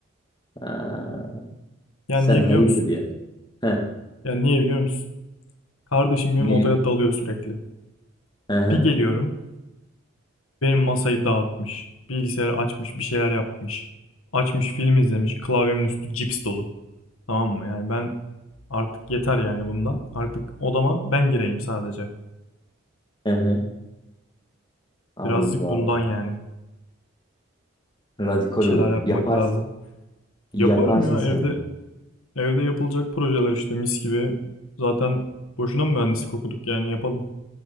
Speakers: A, on the left; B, on the left.
A: Ha.
B: Yani
A: Sen
B: niye
A: hayırdır
B: biliyor musun?
A: ya. Heh.
B: Yani niye biliyor musun? Kardeşim
A: Niye?
B: benim odaya dalıyor sürekli.
A: Hı hı.
B: Bir geliyorum, benim masayı dağıtmış. Bilgisayarı açmış, bir şeyler yapmış. Açmış, film izlemiş, klavyemin üstü cips dolu. Tamam mı? Yani ben artık yeter yani bundan. Artık odama ben gireyim sadece.
A: Hı hı. Anladım
B: Birazcık
A: abi.
B: bundan yani.
A: Radikal
B: Bir şeyler
A: olur.
B: yapmak
A: Yaparsın.
B: lazım.
A: Yaparsın
B: Yaparım ya
A: sen.
B: evde Evde yapılacak projeler işte mis gibi. Zaten boşuna mı mühendislik okuduk yani yapalım.